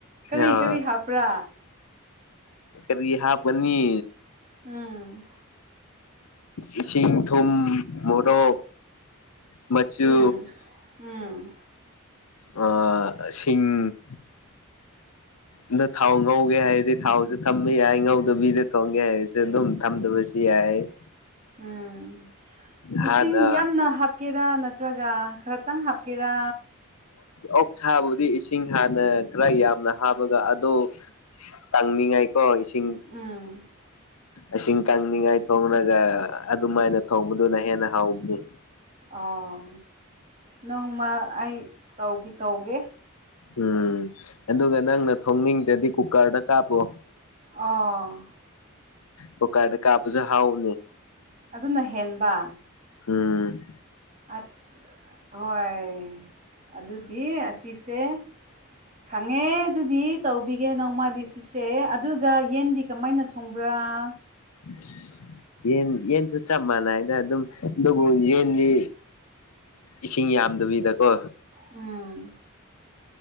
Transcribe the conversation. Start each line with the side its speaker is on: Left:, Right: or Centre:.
Right: ꯀꯔꯤ
Left: ꯑ
Right: ꯀꯔꯤ ꯍꯥꯞꯄ꯭ꯔꯥ
Left: ꯀ꯭ꯔꯤ ꯍꯥꯞ ꯀꯅꯤ
Right: ꯎꯝ
Left: ꯏꯁꯤꯡ ꯊꯨꯝ ꯃꯣꯔꯣꯛ ꯃꯆꯨ
Right: ꯎꯝ ꯎꯝ
Left: ꯑ ꯁꯤꯡ ꯑꯗ ꯊꯥꯎ ꯉꯧꯒꯦ ꯍꯥꯏꯔꯗꯤ ꯊꯥꯎꯁꯨ ꯊꯝꯕ ꯌꯥꯏ ꯉꯧꯗꯕꯤꯗ ꯊꯣꯡꯒꯦ ꯍꯥꯏꯔꯁꯨ ꯊꯝꯗꯕꯁꯤ ꯌꯥꯏ
Right: ꯎꯝ
Left: ꯍꯥꯟꯅ
Right: ꯏꯁꯤꯡ ꯌꯥꯝꯅ ꯍꯥꯞꯀꯦꯔꯥ ꯅꯠꯇ꯭ꯔꯒ ꯈꯔꯇꯪ ꯍꯥꯞꯀꯦꯔꯥ
Left: ꯑꯣꯛ ꯁꯥꯕꯨꯗꯤ ꯏꯁꯤꯡ ꯍꯥꯟꯅ ꯈꯔ ꯌꯥꯝꯅ ꯍꯥꯞ ꯑꯗꯨꯒ ꯑꯗꯨ ꯇꯥꯡꯅꯤꯡꯉꯥꯏꯀꯣ ꯏꯁꯤꯡ
Right: ꯎꯝ
Left: ꯏꯁꯤꯡ ꯀꯪꯅꯤꯡꯉꯥꯏ ꯊꯣꯡꯉꯒ ꯑꯗꯨꯃꯥꯏꯅ ꯊꯣꯡꯕꯗꯨꯅ ꯍꯦꯟꯅ ꯍꯥꯎꯕꯅꯤ
Right: ꯑꯣ ꯅꯣꯡꯃ ꯑꯩ ꯇꯧꯗꯤ ꯇꯧꯒꯦ
Left: ꯎꯝ ꯑꯗꯨꯒ ꯅꯪꯅ ꯊꯣꯡꯅꯤꯡꯗꯗꯤ ꯀꯨꯀꯔꯗ ꯀꯥꯞꯄꯣ
Right: ꯑꯣ
Left: ꯀꯨꯀꯔꯗ ꯀꯥꯞꯄꯁꯨ ꯍꯥꯎꯕꯅꯤ
Right: ꯑꯗꯨꯅ ꯍꯦꯟꯕ
Left: ꯎꯝ
Right: ꯑꯠꯁ ꯍꯣꯏ ꯑꯗꯨꯗꯤ ꯑꯁꯤꯁꯦ ꯈꯪꯉꯦ ꯑꯗꯨꯗꯤ ꯇꯧꯕꯤꯒꯦ ꯅꯣꯡꯃꯗꯤ ꯁꯤꯁꯦ ꯑꯗꯨꯒ ꯌꯦꯟꯗꯤ ꯀꯃꯥꯏꯅ ꯊꯣꯡꯕ꯭ꯔꯥ ꯑꯥ
Left: <unintelligible> ꯌꯦꯟ ꯌꯦꯟꯁꯨ ꯆꯞ ꯃꯥꯟꯅꯩꯗ ꯑꯗꯨꯝ ꯑꯗꯨꯕꯨ ꯌꯦꯟꯅꯤ ꯏꯁꯤꯡ ꯌꯥꯝꯗꯕꯤꯗꯀꯣ
Right: ꯎꯝ